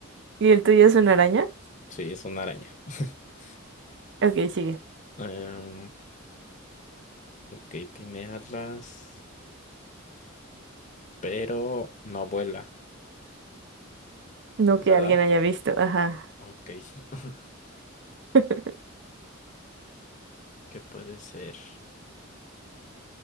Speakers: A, on the right (about 60°); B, on the left (about 35°).
A: ¿Y el tuyo es una araña?
B: sí, es una araña. <laughs>
A: Ok, sigue.
B: Em, ok, tiene alas, pero no vuela,
A: No
B: ¿verdad?
A: que alguien haya visto, ajá.
B: Ok, <laughs>
A: <laughs>
B: ¿qué puede ser?